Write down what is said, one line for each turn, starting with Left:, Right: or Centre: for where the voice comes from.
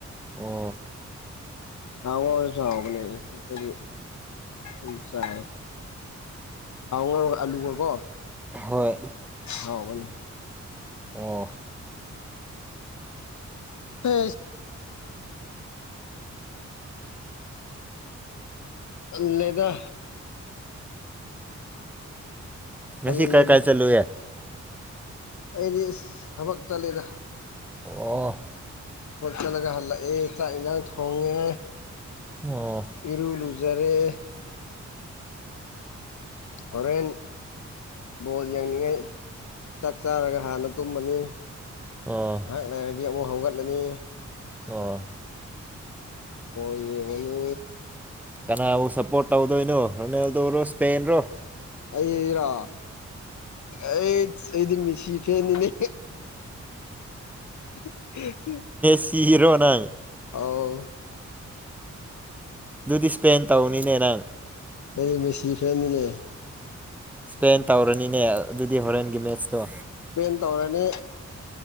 Centre: ꯑꯣ
Left: ꯊꯕ ꯑꯣꯏꯁꯨꯕꯅꯦ ꯑꯩꯈ ꯎ ꯆꯥꯏ ꯍꯥꯎ ꯑꯜꯂꯨꯕꯣ
Centre: ꯍꯣꯏ
Left: ꯍꯥꯎꯕꯅꯤ
Centre: ꯑꯣ
Left: ꯍ ꯑꯂꯦꯒ
Centre: ꯉꯁꯤ
Left: ꯇꯜꯂꯦꯗ
Centre: ꯀꯥꯏ ꯀꯥꯏ ꯆꯠꯂꯨꯌꯦꯦ
Left: ꯑꯩꯗꯤ ꯊꯕꯛ ꯆꯠꯂꯤꯔ
Centre: ꯑꯣ
Left: ꯆꯠꯂꯒ ꯍꯜꯂꯛꯑ ꯇ ꯏ ꯊꯣꯡꯉꯦ
Centre: ꯑꯣ
Left: ꯏꯔꯨ ꯂꯨ ꯔꯦ ꯍꯣꯔꯦꯟ ꯕꯣꯜ ꯌꯦꯡꯏꯉꯩ ꯆꯥꯛ ꯆꯥꯔꯒ ꯍꯥꯟꯅ ꯇꯨꯝꯃꯅꯤ
Centre: ꯑꯣ
Left: ꯉꯥꯏꯍꯥꯛ ꯂꯩꯔꯗꯤ ꯑꯃꯨꯛ ꯍꯧꯒꯠꯂꯅꯤ
Centre: ꯑꯥ
Left: ꯍꯣꯏ ꯌꯦꯉꯅꯤ
Centre: ꯀꯅꯥꯕꯨ ꯁꯄꯣꯔꯠ ꯇꯧꯗꯣꯏꯅꯣ ꯔꯣꯅꯦꯜꯗꯣꯔꯣ ꯁꯄꯦꯟ ꯔꯣ
Left: ꯑꯩ ꯏꯔꯥ ꯑꯩ ꯑꯩꯗꯤ ꯃꯤꯁꯤ ꯐꯦꯟꯅꯤꯅꯦ <inaudible>
Centre: ꯁꯤ ꯍꯤꯔꯣꯅꯥꯏ
Left: ꯑꯥꯎ
Centre: ꯑꯗꯨꯗꯤ ꯏꯁꯄꯦꯟ ꯇꯧꯅꯤꯅꯦ ꯅꯪ
Left: ꯑꯩ ꯁꯤ ꯐꯦꯃꯤꯅꯦ
Centre: ꯏꯁꯄꯦꯟ ꯇꯧꯔꯅꯤꯅꯦ ꯑꯗꯨꯗꯤ ꯍꯣꯔꯦꯟꯒꯤ ꯃꯦꯠꯁꯇꯣ
Left: ꯏꯁꯄꯦꯟ ꯇꯧꯔꯅꯤ